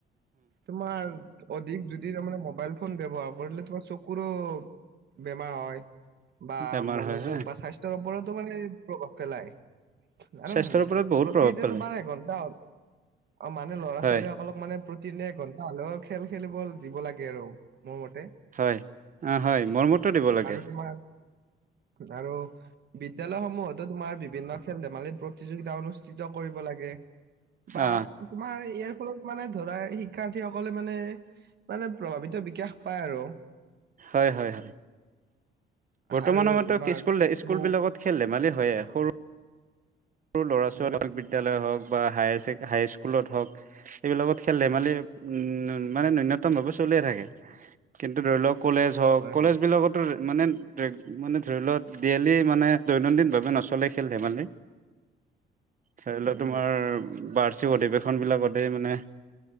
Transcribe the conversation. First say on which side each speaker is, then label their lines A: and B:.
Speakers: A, on the right (about 55°); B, on the right (about 40°).
A: তোমাৰ অধিক যদি তাৰমানে ফোন ব্যৱহাৰ তোমাৰ চকুৰো বেমাৰ হয়। বা
B: বেমাৰ
A: মনোযোগ
B: হয় হয়
A: বা স্বাস্থ্যৰ ওপৰতো মানে প্ৰভাৱ পেলায় আৰু
B: স্বাস্থ্যৰ ওপৰত বহুত
A: প্ৰতি
B: প্ৰভাৱ পেলায়
A: দিনে তোমাৰ এক ঘণ্টা অঁ মানে ল'ৰা
B: হয়
A: ছোৱালী সকলক মানে প্ৰতিদিনে এঘণ্টা হ'লেও খেল খেলিব দিব লাগে আৰু মোৰ মতে
B: হয় অ হয় মৰমতো দিব লাগে
A: আৰু তোমাৰ আৰু বিদ্যলয় সমূহতো তোমাৰ বিভিন্ন খেল ধেমালি প্ৰতিযোগিতা অনুষ্ঠিত কৰিব লাগে। বা
B: অ
A: তোমাৰ ইয়াৰ ফলত মানে ধৰা শিক্ষাৰ্থী সকলে মানে মানে প্ৰভাৱিত বিকাশ পায় আৰু।
B: হয় হয়। বৰ্তমান
A: আৰু
B: সময়ত
A: তোমাৰ
B: ত' স্কুল স্কুল
A: বহু
B: বিলাকত খেল ধেমালি হয়ে সৰু সৰু ল'ৰা ছোৱালীক
A: উম
B: বিদ্যালয় হ'ওক বা হায় হাইস্কুলত হ'ওক। এইবিলাকত খেল ধেমালি উম মানে নূন্যনতম ভাৱে চলিয়ে থাকে, কিন্তু ধৰি লওক কলেজ হ'ওক
A: হয়
B: কলেজ
A: হয়
B: বিলাকতো মানে মানে ধৰি ল'ওক ডেইলি মানে দৈনন্দিন ভাৱে নচ'লে খেল ধেমালি। ধৰি
A: উম
B: লোৱা তোমাৰ
A: উম
B: বাৰ্ষিক অধিৱেশন বিলাকতে মানে